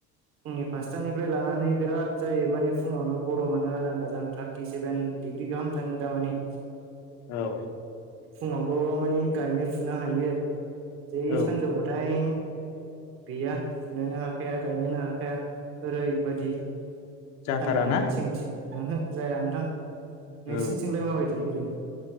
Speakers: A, on the right; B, on the left.
A: फुंनि फासथानिफ्राय लानानै बिराद जायो माने फुङावनो गरमानो आजां गाजां थारटि सेभेन डिग्रि गाहाम थाङो दामानिे
B: औ
A: फुङावलबो माने गायनो फुनो हायो आरो जै
B: औ
A: सानजौबाथाय गैया फुनोनो हाखाया गायनोनो हाखाया ओरैबादि
B: जाथाराना
A: सान्दुङानो थिं थिं ओहो जाया नोंथां नोंसिनिथिंलाय
B: औ
A: माबायदि ओरैनो?